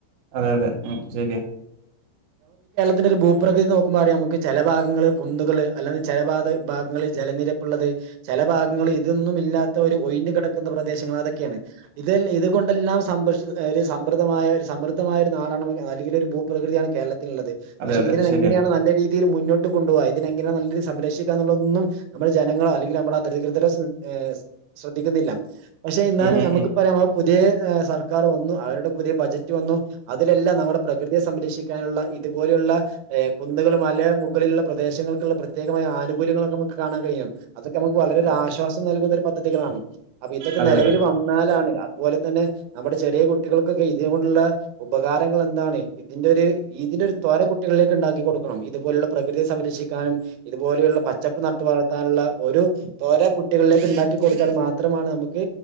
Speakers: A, on the right; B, on the right.
A: അതെ അതെ ഉം ശെര്യാ
B: തിന്റൊര് ഭൂപ്രകൃതി നോക്കുമ്പ അറിയാമ്ക്ക് ചെല ഭാഗങ്ങള് കുന്ന്കള് അല്ലാന്ന് ചെല ഭാഗ ഭാഗങ്ങള് ജെലനിരപ്പ്ള്ളത് ചെല ഭാഗങ്ങള് ഇതെന്നും ഇല്ലാത്ത ഒര് ഒയ്ഞ്ഞ് കെട ക്ക്ന്ന പ്രദേശങ്ങൾ അതൊക്കെയാണ്, ഇതെല്ല് ഇതുകൊണ്ടെല്ലാം സമ്പുഷ് ഏര് സംബ്രുധമായ ഒരു സമൃദ്ധമായ ഒരു നാട <unintelligible> അല്ലെങ്കില് ഒരു ഭൂപ്രകതിയാണ് കേരളത്തിനിള്ളത്,
A: അതെ
B: പക്ഷെ
A: അതെ
B: ഇതിനെ അത്
A: ശരിയാ
B: എങ്ങനെയാണ് നല്ല രീതിയില് മുന്നോട്ട് കൊണ്ടുവായ് ഇതിനെങ്ങനെ നല്ല രീതി സംരക്ഷിക്കാന്നുള്ളതൊന്നും നമ്മുടെ ജനങ്ങളോ അല്ലെങ്കില് നമ്മടെ അധത്രികൃതരോ ശ്ര ഏഹ് ശ്രദ്ധിക്കുന്നില്ലാ. പക്ഷെ ഇന്നാലും
A: ഉം ഉം
B: നമ്മക്ക്
A: ഉം
B: പറയാള്ളത് പുതിയേ ഏഹ് സർ ക്കാറ് വന്നു, അവരുടെ പുതിയ ബജറ്റ് വന്നു, അതിലെല്ലാം നമ്മുടെ പ്രകൃതിയെ സംരക്ഷിക്കാനുള്ള ഇതുപോലെയുള്ള ഏഹ് കുന്നുകള് മല മുകളിൽള്ള പ്രദേശങ്ങൾക്കിള്ള പ്രത്യേകമായ ആനുകൂല്യങ്ങളൊക്കെ നമുക്ക് കാണാ കഴിയും, അതൊക്കെ നമുക്ക് വ ന്നരോരു
A: അതെ
B: ആശ്വാസം നൽകുന്നൊരു പദ്ധതികളാണ് അപി ഇതൊക്കെ
A: അതെ
B: നെലവില്
A: അതെ
B: വന്നാലാണ്, അതുപോലെ തന്നെ നമ്മുടെ ചെറിയ കുട്ടികൾക്കൊക്കെ ഇത് കൊണ്ടുള്ള ഉപകാരങ്ങൾ എന്താണ്, ഇതിന്റൊരു ഇതിനൊരു തൊര കുട്ടികളിലേക്ക് ഇണ്ടാക്കി കൊടുക്കണം, ഇതുപോലെയുള്ള പ്രകൃതിയെ സംരക്ഷിക്കാനും ഇതുപോലെയുള്ള പച്ചപ്പ് നട്ട് വളർത്താനിള്ള ഒരു തൊര കുട്ടികളിലേക്ക് ഇണ്ടാക്കി കൊടുത്താൽ മാത് മാത്രമാണ് നമുക്ക്